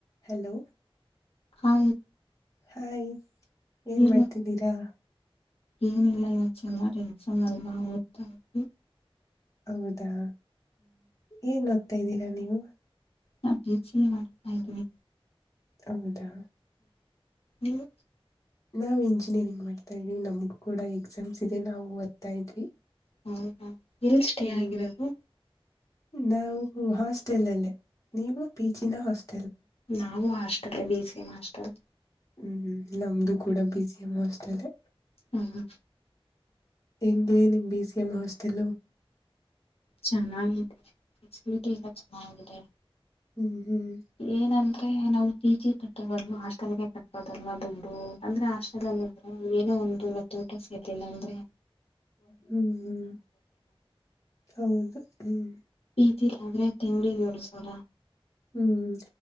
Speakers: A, on the left (about 35°); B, on the left (about 75°).
A: Hello
B: ಆ
A: hi <inaudible> ಏನ್
B: ಇಲ್ಲ
A: ಮಾಡ್ತಿದ್ದೀರಾ
B: ಏನಿಲ್ಲ ಇಲ್ಲ ಚೆನ್ನಾರ ಎಕ್ಸಾಮ್ ಅಲ್ವಾ ಓದ್ತಾವಿ
A: ಹೌದಾ ಏನ್ ಓದ್ತಾ ಇದ್ದೀರಾ ನೀವು
B: ನಾ ಚೀಚಿಯ ಮಾಡ್ತಾ ಇದ್ದೀನಿ
A: ಹೌದಾ
B: ನೀವು
A: ನಾವ್ ಇಂಜಿನಿಯರಿಂಗ್ ಮಾಡ್ತಾ ಇದ್ವಿ ನಮ್ಗ ಕೂಡ ಎಕ್ಸಾಮ್ಸ್ ಇದೆ ನಾವುಓದ್ತಾ ಇದ್ವಿ
B: ಹೌದಾ ಎಲ್ಲಿ ಸ್ಟೇ
A: ಹ್ಮ್
B: ಆಗಿರೋದು
A: ನಾವು ಹಾಸ್ಟೆಲ್ ಅಲ್ಲಿೇ ನೀವು ಪಿಚಿನ ಹಾಸ್ಟೆಲ್
B: ನಾವು hostel B C M hostel
A: ಹ್ಮ್ ನಮ್ದು ಕೂಡ ಬಸ ಎ ಮಸ್ಟಲೆ
B: ಹ್ಮ್ ಹ್ಮ
A: ಎಂಡಿಯನ್ ಎ ಬಿೀಸಎಂ ಹಾಸ್ಟಲ್
B: ಚೆನ್ನಾಗಿದೆ ಸ್ಟ ಚೆನ್ನಾಗಿದೆ
A: ಹ್ಮ್ ಹ್ಮ್
B: ಏನಂದ್ರೆ ನಾವು ಪಿ ಜಿ ಕಟ್ಟೋದಲ್ಲ ಹಾಸ್ಟೆಲ್ಗೆ ಕಟ್ಟೋದಲ್ಲದು ಅಂದ್ರೆ ಹಾಸ್ಟೆಲ್ ಅಲ್ಲಿ ಇದ್ರೆ ಏನೋ ಒಂದು ರತ್ತು ಊಟ ಸೇರ್ಲಿಲ್ಲ ಅಂದ್ರೆ
A: ಹ್ಮ್ ಹ್ಮ್ ಹೌದು ಹ್ಮ್
B: ತಿಲ್ಲ ಆದ್ರೆ ತಿಂಗಳಿಗೆ ಎಳ್ಸರ
A: ಹ್ಮ್